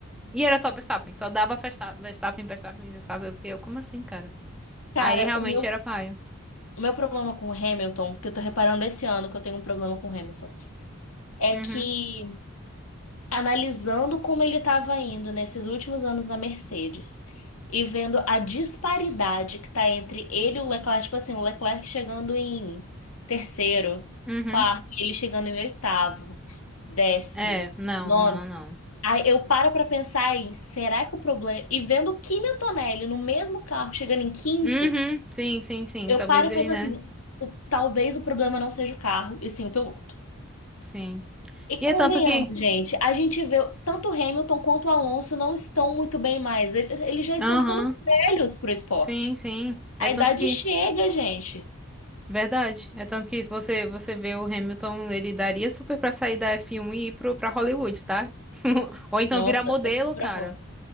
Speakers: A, in the centre; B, on the left.
A: E era só Verstappen, só dava Versta- Verstappen, Verstappen, Verstappen. Eu fiquei, eu, como assim, cara?
B: Cara,
A: Aí realmente
B: o meu
A: era paia.
B: O meu problema com o Hamilton, que eu tô reparando esse ano que eu tenho um problema com o Hamilton, é
A: Uhum,
B: que analisando como ele estava indo nesses últimos anos na Mercedes e vendo a disparidade que tá entre ele e o Leclerc, tipo assim, o Leclerc chegando em terceiro,
A: uhum.
B: quarto, e ele chegando em oitavo, décimo,
A: É, não,
B: nono.
A: não, não.
B: Aí eu paro pra pensar aí, será que o problema. E vendo o Kimi Antonelli no mesmo carro chegando em quinto.
A: Uhum, sim, sim, sim.
B: Eu
A: Talvez
B: paro e
A: ele,
B: penso
A: né?
B: assim, o- talvez o problema não seja o carro, e sim o piloto.
A: Sim.
B: E convenhamos,
A: E é tanto que.
B: gente, a gente vê tanto o Hamilton quanto o Alonso não estão muito bem mais. Ele- Eles já estão
A: Aham,
B: ficando velhos pro esporte.
A: sim, sim. É
B: A
A: tanto
B: idade
A: que.
B: chega, gente.
A: Verdade. É tanto que você você vê o Hamilton, ele daria super pra sair da F1 e ir pro, pra Hollywood, tá? <laughs> Ou então
B: Nossa,
A: virar modelo,
B: eu super
A: cara.
B: apoio.